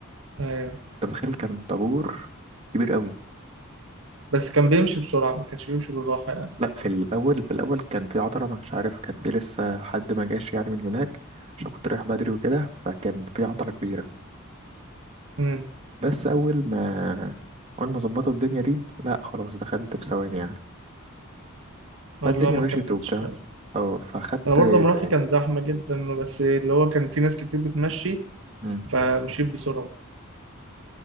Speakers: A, on the right (about 60°); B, on the right (about 30°).
A: ايوه
B: انت متخيل كان طابور كبير قوي
A: بس كان بيمشي بسرعه ما كانش بيمشي بالراحه يعني
B: لا في الاول في الاول كان في عطله مش عارف كان في لسه حد ما جاش يعني من هناك عشان كنت رايح بدري وكده فكان في عطله كبيره
A: امم
B: بس اول ما اول ما ظبطوا الدنيا دي لا خلاص دخلت بثواني يعني
A: والله
B: فالدنيا
A: ما
B: مشيت
A: كملتش
B: وبتاع اه فاخدت
A: انا برضه لما رحت
B: زي
A: كان زحمه جدا بس اللي هو كان في ناس كتير بتمشي
B: مم.
A: فمشيت بسرعه